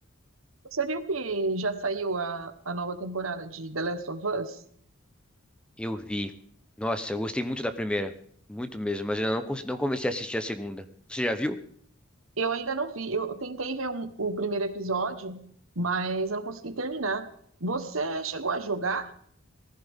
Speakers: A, on the right; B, in the centre.
A: Você viu que já saiu a, a nova temporada de The Last of Us?
B: Eu vi. Nossa, eu gostei muito da primeira. Muito mesmo, mas eu não, cons- não comecei a assistir a segunda. Você já viu?
A: Eu ainda não vi. Eu tentei ver um- o primeiro episódio, mas eu não consegui terminar. Você chegou a jogar?